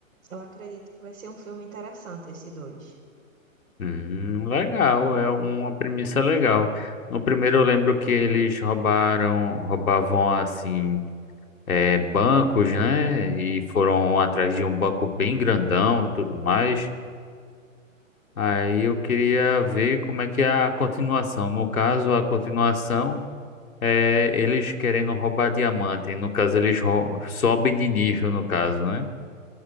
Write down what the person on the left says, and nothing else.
Hum, legal, é uma premissa legal. No primeiro eu lembro que eles roubaram, roubavam assim, é, bancos, né? E foram atrás de um banco bem grandão, e tudo mais. Aí eu queria ver como é que é a continuação. No caso, a continuação É, eles querendo roubar diamante. No caso, eles rou- sobem de nível, no caso, né?